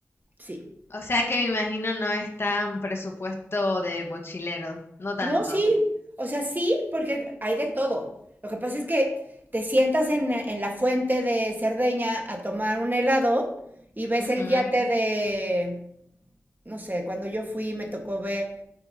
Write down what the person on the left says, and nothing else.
O sea que me imagino no es tan presupuesto de mochilero, no tanto.
Ujú,